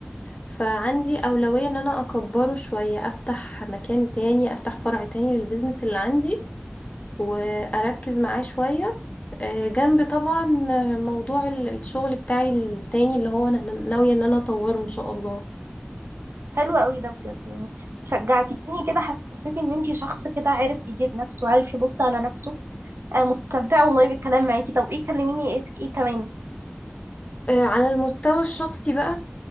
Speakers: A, on the left; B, on the right.
A: فعندي اولوية ان انا اكبره شوية افتح مكان تاني افتح فرع تاني للبيزنس اللي عندي واركز معاه شوية إيه جنب طبعا موضوع ال- الشغل بتاعي التاني اللي هو انا ناوية ان انا اطوره ان شاء الله
B: حلو قوي ده بجد يعني شجعتيني كده حسيت ان انت شخص كده عارف يدير نفسه وعارف يبص على نفسه آه مستمتعه والله بالكلام معاكي طب ايه كلميني ايه, إيه كمان
A: إيه على المستوى الشخصي بقى